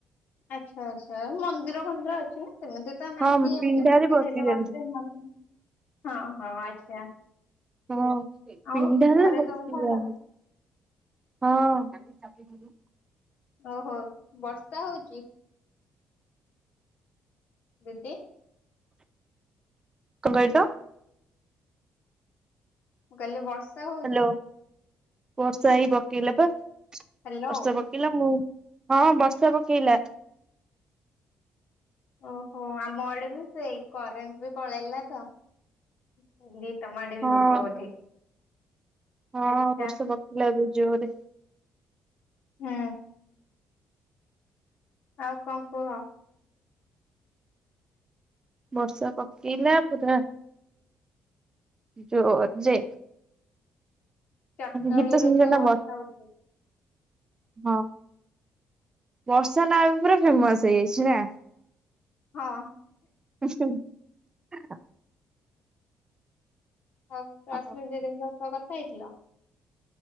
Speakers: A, on the left; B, on the right.
A: ଆଚ୍ଛା ଆଚ୍ଛା। ମନ୍ଦିର ଫନ୍ଦିର ଅଛି ନାଁ? ସେମିତି ତ ନାହିଁ
B: ହଁ
A: କିି ଏମତି
B: ପିଣ୍ଡାରେ
A: ଟିକେଟ
B: ବସିଯାଆନ୍ତି।
A: ହେଲେ ବସିବେ ନହେଲେ ନାହିଁ। ହଁ ହଁ ଆଚ୍ଛା।
B: ହଁ
A: ଆଉ
B: ପିଣ୍ଢାରେ
A: ଘରେ
B: ବସି
A: ସବୁ ଭଲ
B: ଯାଆନ୍ତି। ହଁ।
A: ଓହୋ ବର୍ଷା ହୋଉଚି। ଦିଦି
B: କଁ କଇଲ?
A: ମୁଁ କଇଲି ବର୍ ଷା ହୋଉଚି।
B: ହ୍ୟାଲୋ। ବର୍ଷା ଏଇ ପକେଇଲା ପା।
A: ହ୍ୟାଲୋ
B: ବର୍ଷା ପକେଇଲା ମୁଁ ହଁ ବର୍ଷା ପକେଇଲା।
A: ଓହୋ ଆମ ଆଡ଼େ ବି ସେଇ କରେଣ୍ଟ ବି ପଳେଇଲା ତ। <unintelligible> ତମ ଆଡ଼େ
B: ହଁ
A: ବି ହୋଉଥୁବ ବୋଧେ।
B: ହଁ
A: ଆଚ୍ଛା।
B: ବର୍ଷା ପକେଇଲା ଏବେ ଜୋରେ।
A: ହୁଁ। ଆଉ କଁ କୁହ।
B: ବର୍ଷା ପକେଇଲା ପୁରା ଜୋ ଯେ
A: ଚାରଟା
B: ଗୀତ
A: ଓଳୁରୁ
B: ଶୁଣିଛ
A: ତ
B: ନା
A: ବର୍ଷା ଉଠେଇ
B: ହଁ ବର୍ଷା ନାଁ ଏବେ ପୁରା ଫେମସ୍ ହେଇଯାଇଚି ନାଁ।
A: ହଁ।
B: ଉଁ ହୁଁ। <inaudible>
A: ହଁ ତ
B: ଆଉ
A: ଆସମୀ ଦିଦ- <unintelligible> ତ କଥା ହେଇଥିଲ